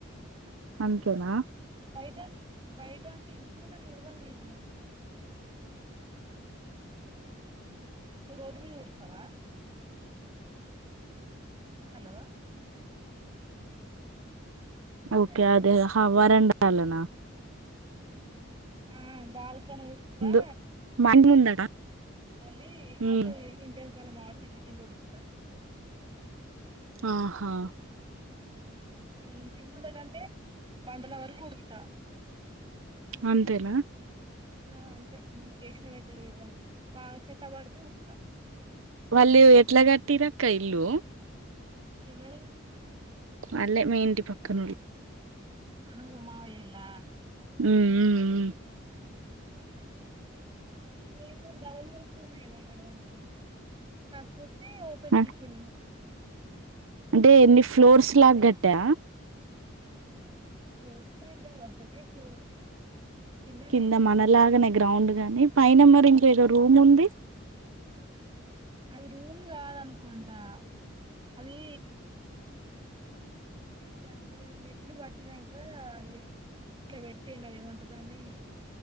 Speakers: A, on the right (about 80°); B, on the right (about 25°).
A: అంతేనా
B: బయట బయట అంత బయట అంటే ఇంటి ముందు తుడవను నేను నువ్వు రోడ్ మీద వుడుతావా హలో
A: ఓకే
B: హలో
A: అదే హవ్వరండ అలానా
B: ఆ బాల్ కనబడుద్దా
A: ముందు మా ఇంటి ముందట
B: మళ్ళీ ఆటు
A: ఉమ్
B: ఇ ల మామిడి చెట్ల కింద ఊడుస్తా
A: ఆహా
B: ఇంటికి ముందటంటే బండల వరకు ఉడుత్త
A: అంతేనా
B: ఆ అంతే ముగ్గు వేసే దగర ఉడవను బాగా చెత్త పడితే ఊడుస్తా.
A: వాళ్ళు ఎట్ల కట్టిరు అక్క ఇల్లు
B: ఎవరు
A: అల్లె మీ ఇంటి పక్కన
B: ఆ మా మావయ్యోళ్ళ
A: హుమ్
B: ఏమో డౌల్ చేస్తున్నాయ్ గా రావలని కాకపోత్ ది ఓపెన్
A: అ
B: కిచెను
A: అంటే ఎన్ని ఫ్లో ఫ్లోర్స్ స్లాగ్
B: ఫ్లో
A: గట్టా
B: ఫ్లోర్స్ లాగ్ కాదు ఆది ఒకటే ఫ్లోర్ కిందనే
A: కింద మనలాగ నే గ్రౌండ్ గాని పైన మరి ఇంక ఏదో రూమ్ ఉంది.
B: అది రూమ్ కాదనుకుంటా అది ఏంటిదంటే మెట్లు కట్టినాక అది ఇట్లా పెట్టి అది ఏమంటరు దాని